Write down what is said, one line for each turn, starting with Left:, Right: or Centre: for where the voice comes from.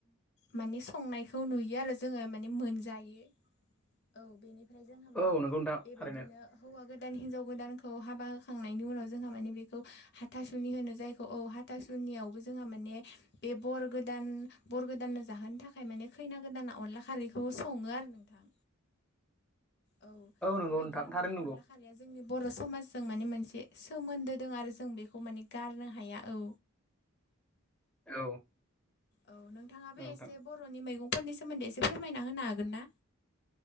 Left: माने संनायखौ नुयो आरो जोंङो माने मोनजायो औ बेनिफ्राय बेनि फ्राय जोंहा माने
Centre: औ नंगौ नोंथां
Left: बेबायदिनो
Centre: थारैनो
Left: हौवा गोदान हिनजाव गोदानखौ हाबा होखांनायनि उनाव जोंहा माने बेखौ हाथासुनि होनो जायखौ औ हा था सुनियावबो जोंहा माने बे बर गोदान बर गोदाननो जाहोनो थाखाय माने खैना गोदाना अनला खारैखौ संङो आरो नोंथां। औ
Centre: नंगौ
Left: बेबायदिनो
Centre: नोंथां
Left: माने
Centre: थारैनो नंगौ
Left: अनला खारिया जोंनि बर' समाजजों माने मोनसे सोमोन्दो दं आरो जों बेखौ माने गारनो हाया। औ
Centre: औ
Left: औ नोंथांङा
Centre: नोंथां
Left: बे एसे बर'नि मैगंफोरनि सोमोन्दै एसे फोरमायना होनो हागोन ना?